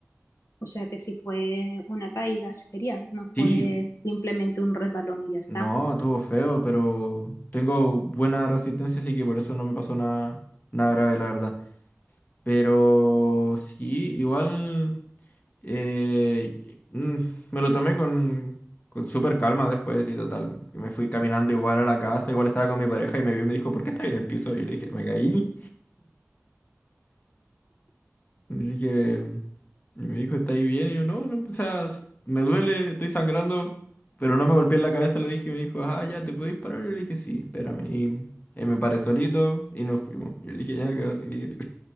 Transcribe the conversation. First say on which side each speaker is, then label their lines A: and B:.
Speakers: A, on the left; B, on the left.
A: o sea que sí fue una caída seria, no
B: Sí,
A: fue simplemente un resbalón y ya está.
B: no, estuvo feo, pero tengo buena resistencia, así que por eso no me pasó nada, nada grave, la verdad. Pero sí, igual... Eh, mm, me lo tomé con, con súper calma después y total. Me fui caminando igual a la casa, igual estaba con mi pareja y me vio y me dijo, ¿por qué estás en el piso? Y yo le dije, me caí. Y le dije, y me dijo, ¿estás bien? Y yo, no, no, o sea, s- me duele, estoy sangrando, pero no me golpeé en la cabeza, le dije, y me dijo, ah, ya, ¿te podéis parar? Y yo le dije, sí, espérame. Y, y me paré solito y nos fuimos. Yo le dije, ya no quiero seguir.